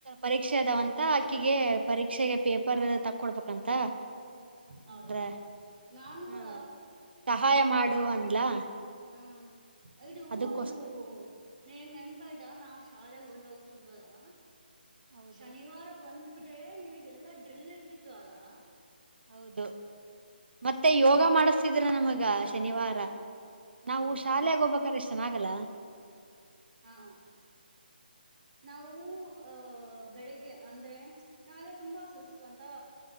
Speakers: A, on the right; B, on the right.
A: ಪರೀಕ್ಷೆ ಅದಾವಂತ ಅಕ್ಕಿಗೆ ಪರೀಕ್ಷೆಗೆ ಪೇಪರ್ ತಕ್ಕೊಡ್ಬೇಕಂತ
B: ಹೌದಾ
A: ಅಂದ್ರೆ
B: ನಾನು
A: ಹಾ
B: ಕೂಡ
A: ಸಹಾಯ ಮಾಡು ಅಂದ್ಲಾ
B: ಹಾ ಇದು
A: ಅದಕ್ಕೋಸ್ಕರ
B: ಇದು ನೀಗೆ ನೆನಪ ಆಯ್ತಾ ನಾವು ಶಾಲೆಗೆ ಹೊಲ್ಲ ಹೋಗ್ತಿದ್ವಲ್ಲಾ
A: ಹೌದು
B: ಶನಿವಾರ ಬಂದ್ ಬಿಟ್ರೆ ನಿಮಗೆಲ್ಲಾ ಡ್ರಿಲ್ ಇರ್ತಿತ್ತು ಅಲ್ಲಾ
A: ಹೌದು ಮತ್ತೆ ಯೋಗ ಮಾಡಿಸತಿದರ ನಮಗ ಶನಿವಾರ
B: ಹಾ
A: ನಾವು ಶಾಲೆೆಗೆ ಹೋಗ್ಬೇಕ್ರೆ ಎಷ್ಟು ಚೆನ್ನಾಗಲ್ಲ
B: ಹಾ ನಾವು ಅಹ ಬೆಳಿಗ್ಗೆ ಅಂದ್ರೆ ನಾವೆಲ್ಲ ತುಂಬಾ ಸುಸ್ತ ಅಂತಾ